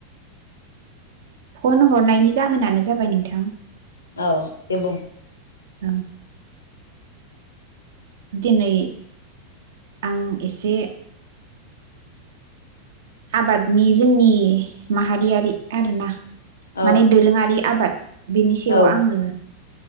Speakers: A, on the right; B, on the left.
A: फन हरनायनि जाहोनानो जाबाय नोंथां
B: औ दे बुं
A: दं दिनै आं एसे आबादनि जोंनि माहारियारि आरोना
B: औ
A: माने दोरोङारि आबाद बेनि सायाव
B: औ
A: आङो